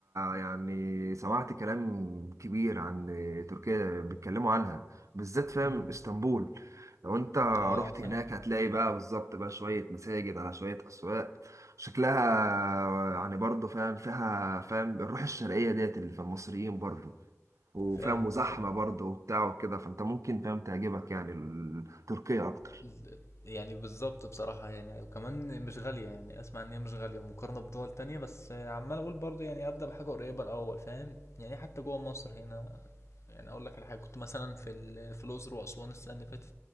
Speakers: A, on the right; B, on the left.
A: يعني سمعت كلام كبير عن تركيا بيتكلموا عنها بالذات فاهم
B: مم.
A: اسطنبول لو انت
B: اه
A: رحت
B: العاصمة
A: هناك هتلاقي بقى بالظبط بقى شوية مساجد على شوية اسواق شكلها يعني برضه فاهم فيها فاهم الروح الشرقية ديت اللي في المصريين برضه وفاهم
B: فاهم
A: وزحمة
B: بصراحة
A: برضه وبتاع وكده فانت ممكن فاهم تعجبك يعني ال- تركيا اكتر
B: ال- يعني بالظبط بصراحة يعني وكمان مش غالية يعني أسمع إن هي مش غالية مقارنة بدول تانية بس عمال أقول برضو يعني أبدأ بحاجة قريبة الأول فاهم يعني حتى جوه مصر هنا يعني اقول لك على حاجه كنت مثلا في ال- في الاقصر واسوان السنه اللي فاتت